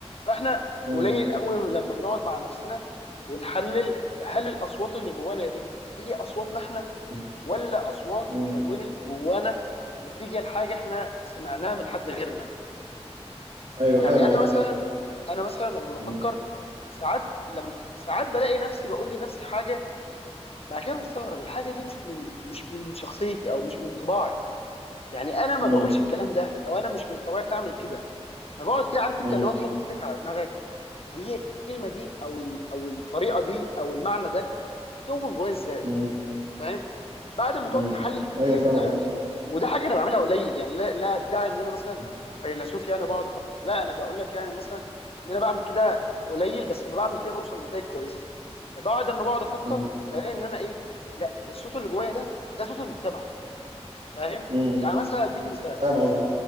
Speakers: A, on the left; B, on the right.
A: فاحنا
B: مم.
A: قليل قوي لما بنقعد مع نفسنا ونحلل هل الاصوات اللي جوانا دي هي اصواتنا احنا
B: مم.
A: ولا اصوات
B: مم.
A: اتكونت جوانا نتيجه لحاجه احنا سمعناها من حد غيرنا
B: ايوه
A: يعني
B: فاهم
A: انا
B: قصدي
A: مثلا انا مثلا لما بفكر
B: مم.
A: ساعات لم ساعات بلاقي نفسي بقول لنفسي حاجه بعد كده بستغرب الحاجه دي مش من مش من شخصيتي او مش من طباعي يعني انا ما
B: مم.
A: بقولش الكلام ده او انا مش من طبيعتي اعمل
B: مم.
A: كده فبقعد كده عارف انت
B: مم.
A: اللي هو تحط ايدك على دماغك طب هي الكلمه دي او ال- او الطريقه دي او المعنى ده كون جوايا ازاي
B: مم.
A: فاهم بعد ما
B: مم.
A: تقعد تحلل كتير
B: ايوه فاهم
A: لا
B: قصدي
A: يعني وده حاجه انا بعملها قليل يعني لا لا ادعي ان انا مثلا
B: مم.
A: فيلسوف يعني بقعد افكر لا انا بقول لك يعني مثلا ان انا بعمل كده قليل بس لما بعمل كده بوصل لنتائج كويسه بعد ما بقعد افكر
B: مم.
A: بلاقي ان انا ايه لا الصوت اللي جوايا ده ده صوت المجتمع فاهم
B: مم.
A: يعني مثلا اديك مثال
B: فاهم قصدي